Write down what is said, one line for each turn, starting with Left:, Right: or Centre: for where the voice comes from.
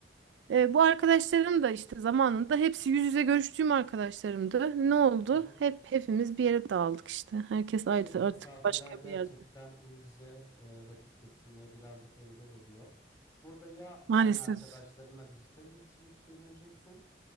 Right: E, bu arkadaşlarım da işte zamanında hepsi yüz yüze görüştüğüm arkadaşlarımdı. Ne oldu?
Left: Hı hı.
Right: Hep hepimiz bir yere dağıldık işte. Herkes ayrı
Left: Evet, mesafeler
Right: artık başka
Left: gerçekten
Right: bir yerde.
Left: yüz yüze e, vakit geçirmeye birazcık engel oluyor. Burada ya
Right: Maalesef.
Left: aynı arkadaşlarınla dijital iletişimi sürdüreceksin